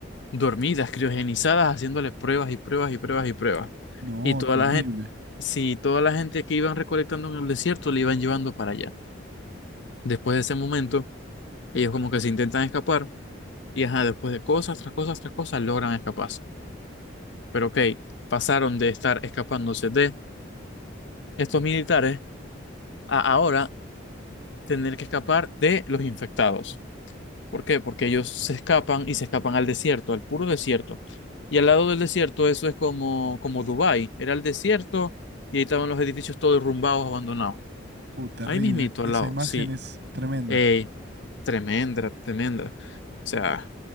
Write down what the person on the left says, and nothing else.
dormidas, criogenizadas, haciéndoles pruebas y pruebas y pruebas y pruebas.
Y toda
la gente, si toda la gente que iban recolectando en el desierto le iban llevando para allá. Después de ese momento, ellos como que se intentan escapar Y ajá, después de cosas, tras cosas, tras cosas, logran escaparse. Pero ok, pasaron de estar escapándose de estos militares a ahora tener que escapar de los infectados. ¿Por qué? Porque ellos se escapan y se escapan al desierto, al puro desierto. Y al lado del desierto, eso es como, como Dubái. Era el desierto y ahí estaban los edificios todos derrumbados, abandonados.
Ahí mismito,
al lado,
sí.
Ey, tremenda, tremenda. O sea.